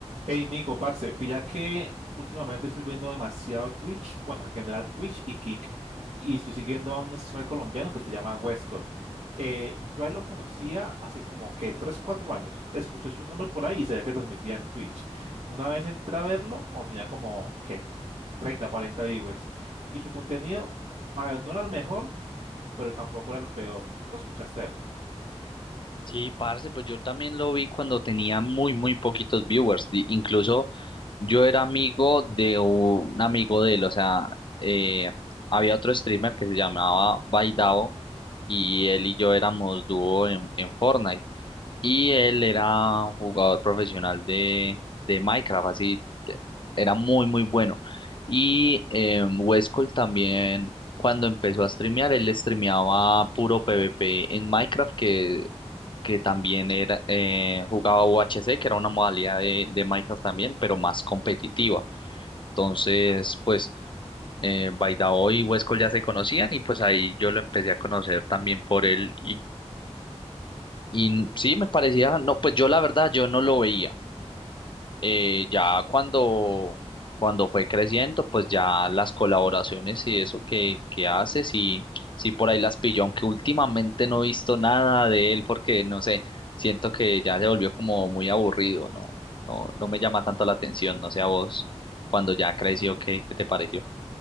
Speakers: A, on the right; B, on the left.
A: Hey Nico, parce, pilla que últimamente estoy viendo demasiado Twitch, bueno, en general Twitch y Kick, y estoy siguiendo a un streamer colombiano que se llama Westcol. Eh, yo a él lo conocía hace como que 3 4 años. Escuché su nombre por ahí y sabía que transmitía en Twitch. Una vez entré a verlo, cuando tenía como, ¿qué? 30, 40 viewers. Y su contenido, a ver, no era el mejor, pero tampoco era el peor. Tú lo escuchaste a él.
B: Sí, parce, pues yo también lo vi cuando tenía muy, muy poquitos viewers. Di- Incluso yo era amigo de un amigo de él, o sea, eh, había otro streamer que se llamaba Baidavo y él y yo éramos dúo en, en Fortnite. Y él era un jugador profesional de, de Minecraft, así de- era muy, muy bueno. Y eh, Westcol también, cuando empezó a streamear, él streameaba puro PvP en Minecraft, que, que también era, eh, jugaba UHC, que era una modalidad de, de Minecraft también, pero más competitiva. Entonces, pues, eh, Baidao y Westcol ya se conocían y pues ahí yo lo empecé a conocer también por él y sí, me parecía, no, pues yo la verdad, yo no lo veía. Eh, ya cuando, cuando fue creciendo, pues ya las colaboraciones y eso que, que hace, sí, sí por ahí las pilló, aunque últimamente no he visto nada de él porque, no sé, siento que ya se volvió como muy aburrido, no, no, no me llama tanto la atención, no sé a vos, cuando ya creció, ¿qué, qué te pareció?